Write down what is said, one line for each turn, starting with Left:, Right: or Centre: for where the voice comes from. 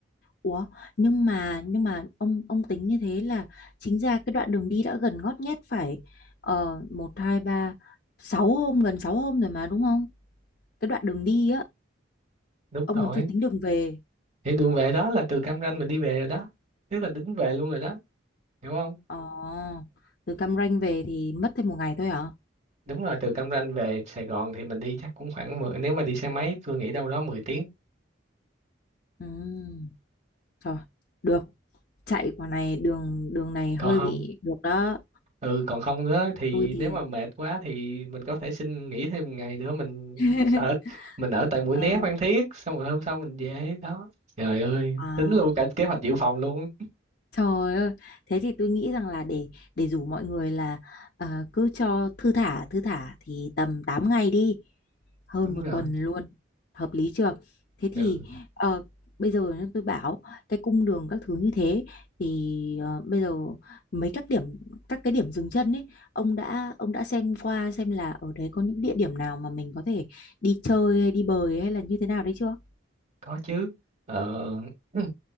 Left: Ủa, nhưng mà nhưng mà ông ông tính như thế là chính ra cái đoạn đường đi đã gần ngót nghét phải uh, 1 2 3 6 hôm gần 6 hôm rồi mà đúng không? cái đoạn đường đi á
Right: đúng
Left: ông
Right: rồi
Left: còn chưa tính đường về
Right: thì đường về đó là từ Cam Ranh mình đi về rồi đó tức là tính về luôn rồi đó hiểu không
Left: ờ từ Cam Ranh về thì mất thêm một ngày thôi hả
Right: đúng rồi từ Cam Ranh về Sài Gòn thì mình đi chắc cũng khoảng 10 nếu mà đi xe máy tôi nghĩ đâu đó 10 tiếng
Left: ừ trời được chạy quả này đường đường này
Right: còn
Left: hơi
Right: không
Left: bị được đó
Right: ừ còn không nữa thì
Left: tôi thì
Right: nếu mà mệt quá thì mình có thể xin nghỉ thêm một ngày nữa mình
Left: <laughs>
Right: ở mình ở tại Mũi
Left: Ờ,
Right: Né Phan Thiết xong rồi hôm sau mình về đó trời ơi
Left: à
Right: tính luôn cả kế hoạch dự phòng luôn
Left: Trời ơi, thế thì tôi nghĩ rằng là để để rủ mọi người là ờ, cứ cho thư thả thư thả thì tầm 8 ngày đi, hơn
Right: đúng
Left: một
Right: rồi
Left: tuần luôn, hợp lý chưa? Thế
Right: ừ
Left: thì ờ, bây giờ nhá, tôi bảo cái cung đường các thứ như thế thì ờ, bây giờ mấy các điểm các cái điểm dừng chân ấy, ông đã ông đã xem qua xem là ở đấy có những địa điểm nào mà mình có thể đi chơi hay đi bơi hay là như thế nào đấy chưa?
Right: có chứ ờ, <clears throat>